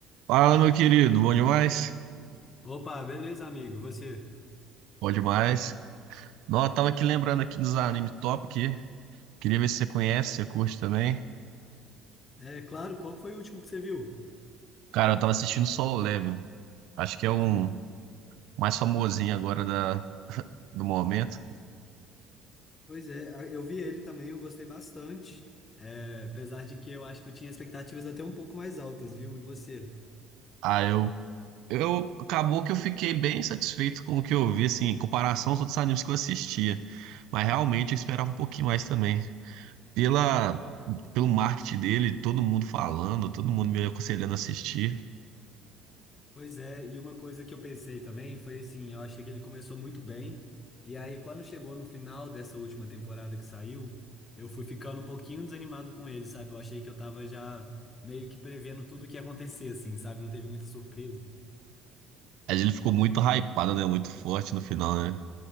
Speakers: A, on the right (about 70°); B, on the left (about 25°).
A: Fala, meu querido, bom demais?
B: Opa, beleza, amigo. E Você?
A: Bom demais. Não, eu tava aqui lembrando aqui dos anime top aqui. Queria ver se você conhece, se você curte também.
B: É claro, qual que foi o último que você viu?
A: Cara, eu tava assistindo Solo Leveling. Acho que é um
B: Ah,
A: mais famosinho agora da, do momento.
B: Pois é, a- eu vi ele também, eu gostei bastante. É, apesar de que eu acho que eu tinha expectativas até um pouco mais altas, viu? E você?
A: Ah, eu, eu... Acabou que eu fiquei bem satisfeito com o que eu vi, assim, em comparação aos outros animes que eu assistia. Mas realmente eu esperava um pouquinho mais também. Pela... Pelo marketing dele, todo mundo falando, todo mundo me aconselhando a assistir.
B: Pois é, e uma coisa que eu pensei também foi assim, eu achei que ele começou muito bem, e aí quando chegou no final dessa última temporada que saiu, eu fui ficando um pouquinho desanimado com ele, sabe? Eu achei que eu tava já meio que prevendo tudo o que ia acontecer, assim, sabe? Não teve muita surpresa.
A: Mas Ele ficou muito hypado, né? Muito forte no final, né?